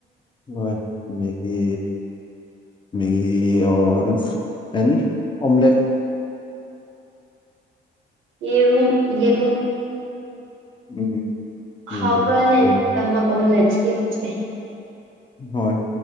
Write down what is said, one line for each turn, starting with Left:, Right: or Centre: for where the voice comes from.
Left: ꯍꯣꯏ ꯃꯦꯒꯤ ꯃꯦꯒꯤ ꯑꯣꯔ ꯑꯦꯟ ꯑꯣꯝꯂꯦꯠ
Right: ꯌꯦꯔꯨꯝ ꯌꯦꯔꯨꯝ
Left: ꯎꯝ
Right: ꯍꯥꯎꯕ꯭ꯔꯥꯅꯦ
Left: ꯌꯦꯔꯨꯝ
Right: ꯅꯪꯒꯤꯗꯃꯛ
Left: ꯌꯦꯔꯨꯝ
Right: ꯑꯣꯝꯂꯦꯠ ꯁꯦꯝꯕꯁꯦ
Left: ꯍꯣꯏ